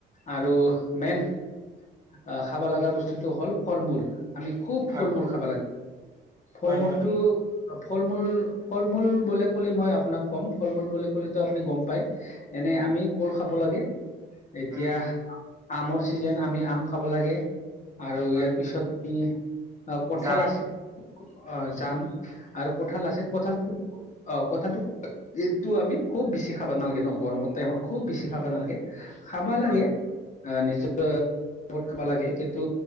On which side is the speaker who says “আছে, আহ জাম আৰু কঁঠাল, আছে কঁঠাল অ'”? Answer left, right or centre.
Left